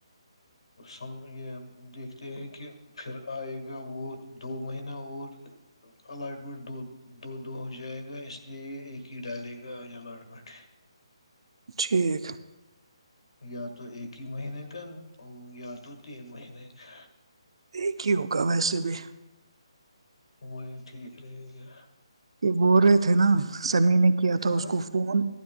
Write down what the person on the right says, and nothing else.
ٹھیک ہے
ایک ہی ہوگا ویسے ت بھیھی
یہ بول رہے تھے نا سمی نے کیا تھا
اس کو فون